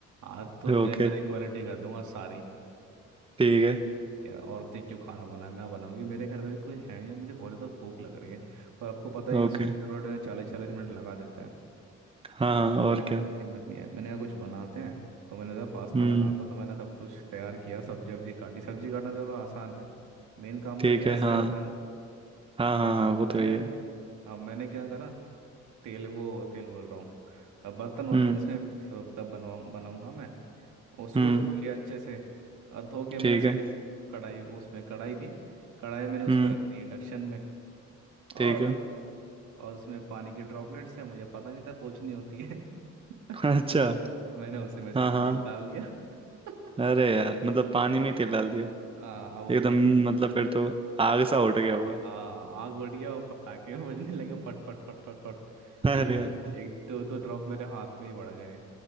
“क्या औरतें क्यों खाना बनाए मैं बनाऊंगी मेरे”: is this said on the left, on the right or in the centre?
Right